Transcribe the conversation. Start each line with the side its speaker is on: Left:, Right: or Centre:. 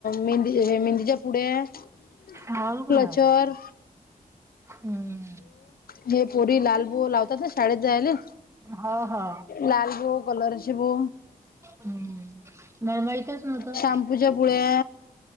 Left: मेहंदी हे मेहंदीच्या पुड्या क्लचर
Right: हाव का? हम्म
Left: ते पोरी लाल बो लावतात ना शाळेत जायले?
Right: हो हो.
Left: लाल बो, कलरचे बो
Right: हम्म मला माहितच नव्हतं
Left: शॅम्पूच्या पुड्या